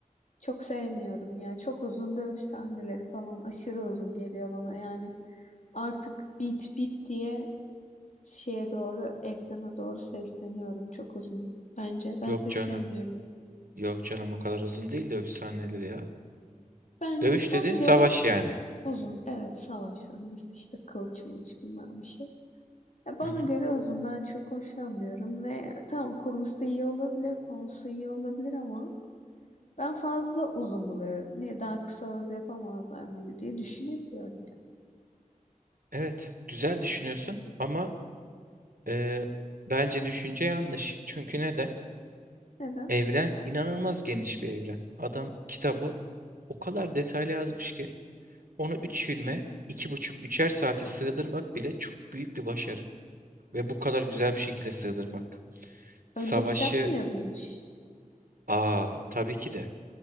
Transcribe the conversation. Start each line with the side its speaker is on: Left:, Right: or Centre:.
Left: çok sevmiyorum ya. Çok uzun dövüş sahneleri falan aşırı uzun geliyor bana. Yani artık bit bit diye şeye doğru, ekrana doğru sesleniyorum. Çok uzun bence. Ben
Right: Yok
Left: pek
Right: canım.
Left: sevmiyorum.
Right: Yok canım o kadar uzun değil dövüş sahneleri ya.
Left: Ben
Right: Dövüş
Left: bana
Right: dediğin
Left: göre
Right: savaş yani.
Left: uzun. Evet, savaş sahnesi işte kılıç mılıç bilmem bir şey. Ya bana
Right: Hı hı.
Left: göre uzun. Ben çok hoşlanmıyorum ve tamam kurgusu iyi olabilir, konusu iyi olabilir ama ben fazla uzun buluyorum. Niye daha kısa öz yapamazlar mıydı diye düşünebiliyorum ya.
Right: Evet, güzel düşünüyorsun ama e, bence düşünce yanlış. Çünkü neden?
Left: Neden?
Right: Evren inanılmaz geniş bir evren. Adam kitabı o kadar detaylı yazmış ki onu 3 filme iki buçuk üçer saate sığdırmak bile çok büyük bir başarı. Ve bu kadar güzel bir şekilde sığdırmak. Savaşı
Left: Önce kitap mı yazılmış?
Right: aa tabii ki de